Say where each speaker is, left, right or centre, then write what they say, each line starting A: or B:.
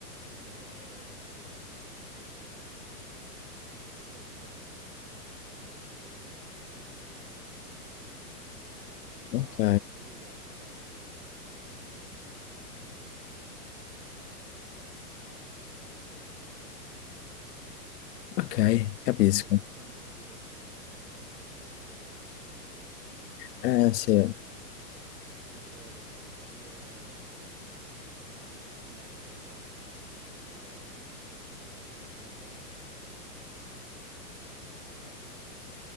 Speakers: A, on the right (about 70°); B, on the left (about 85°).
A: però poi non mi hanno preso, quindi alla fine sono rimasto in pista, però diciamo che e ci ho avuto un po' da ridere con un supervisore che ce l'aveva un po' con me. Però
B: Ok,
A: a parte quello non ci ho avuto cose, diciamo, quindi io mi faccio gli affari miei e niente, eh, lo faccio il mio e basta, insomma, sì.
B: ok,
A: Purtroppo
B: capisco.
A: ci stanno queste situazioni se lavori, diciamo, con tante persone in ufficio.
B: Eh sì,
A: C'è chi vuole fare carriera, chi, chi- chi lavora e basta, quindi pensa solo al lavoro, non pensa ad altre cose. Purtroppo ci stanno situazioni varie.